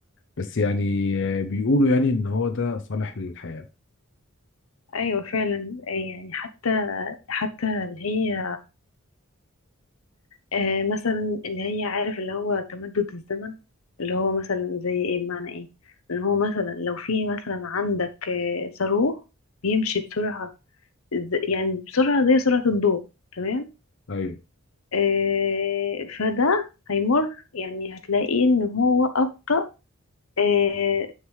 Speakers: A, on the left; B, on the left.
A: بس يعني آه، بيقولوا يعني إن هو ده صالح للحياة
B: ايوه فعلا يعني حتى حتى اللي هي آه مثلا اللي هي عارف اللي هو تمدد الزمن اللي هو مثلا زي ايه بمعنى ايه ان هو مثلا لو في مثلا عندك آه صاروخ بيمشي بسرعة ز- يعني بسرعة زي سرعة الضوء تمام
A: أيوه
B: آه فده هيمر يعني هتلاقي ان هو أبطأ آه